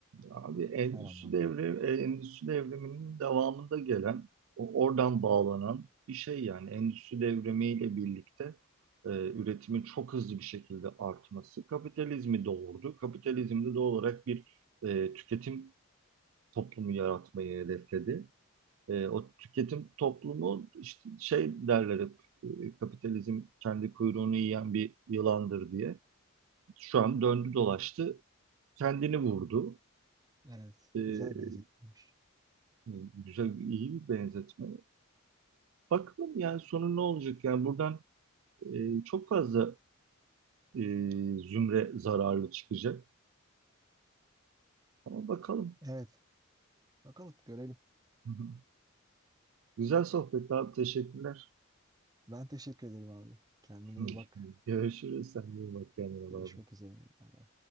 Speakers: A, on the right (about 65°); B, on the right (about 15°).
A: Abi endüstri
B: her anlamda.
A: devri, e, endüstri devriminin devamında gelen, o- oradan bağlanan bir şey yani endüstri devrimiyle birlikte e, üretimin çok hızlı bir şekilde artması kapitalizmi doğurdu. Kapitalizm de doğal olarak bir e, tüketim toplumu yaratmayı hedefledi. E, o tüketim toplumu işte şey derler hep, e, kapitalizm kendi kuyruğunu yiyen bir yılandır diye. Şu an döndü dolaştı, kendini vurdu.
B: Evet,
A: E,
B: güzel benzetilmiş.
A: E, Güzel, iyi bir benzetme. Bakalım yani sonu ne olacak? Yani buradan e, çok fazla e, zümre zararlı çıkacak. Ama bakalım.
B: Evet, bakalım görelim.
A: Hı hı. Güzel sohbet abi. Teşekkürler.
B: Ben teşekkür ederim abi. Kendine
A: <laughs>
B: iyi bak.
A: Hı. Görüşürüz. Sen de iyi bak kendine.
B: Görüşmek
A: Bay bay.
B: üzere. Bay bay.